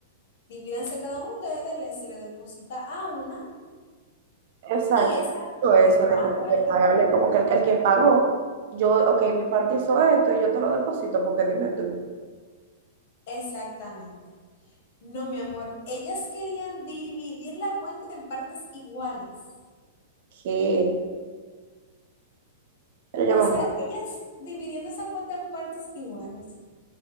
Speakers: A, on the left; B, on the right.
A: divídanse cada uno de ustedes, le- se le deposita a una
B: exacto.
A: y esa
B: Todo eso
A: que pague,
B: de como
A: ¿verdad?
B: que pagarle, como que el, el que pagó, yo, ok, mi parte hizo esto y yo te lo deposito, porque dime tú,
A: Exactamente. No, mi amor, ellas querían dividir la cuenta en partes iguales.
B: ¿qué? Pero yo
A: O sea,
B: me-
A: ellas dividiendo esa cuenta en partes iguales.